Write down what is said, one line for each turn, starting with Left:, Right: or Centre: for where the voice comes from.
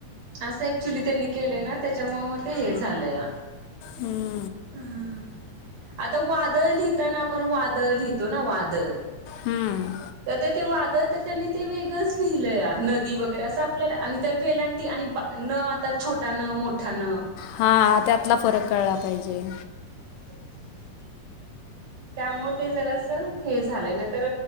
Right: असं ऍक्च्युली त्यांनी केलंय ना त्याच्यामुळे म ते हे झालंय.
Left: हम्म
Right: ह्.. आता वादळ लिहताना आपण वादळ लिहितो ना वादळ
Left: हम्म.
Right: तर ते वादळ तर त्यांनी ते वेगळंच लिहलंया, नदी वगैरे असं आपल्याला आणि वेलांटी आणि बा.. न आता छोटा न मोठा न
Left: हा त्यातला फरक कळला पाहिजे.
Right: <inaudible> त्यामुळे ते जर असं हे झालंय नाई तर